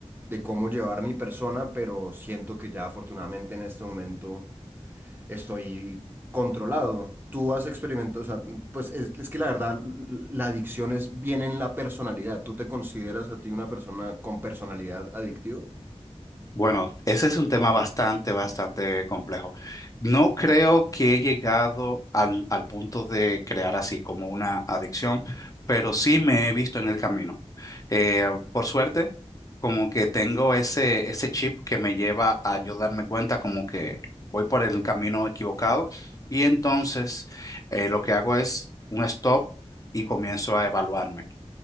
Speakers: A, on the right; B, on the left.
A: de cómo llevar mi persona, pero siento que ya afortunadamente en este momento estoy controlado. Tú has experimentado, o sea, pues es, es que la verdad, la adicción es viene en la personalidad. ¿Tú te consideras a ti una persona con personalidad adictiva?
B: Bueno, ese es un tema bastante, bastante complejo. No creo que he llegado al, al punto de crear así como una adicción, pero sí me he visto en el camino. Eh, por suerte, como que tengo ese, ese chip que me lleva a yo darme cuenta como que voy por el camino equivocado y entonces eh, lo que hago es un stop y comienzo a evaluarme.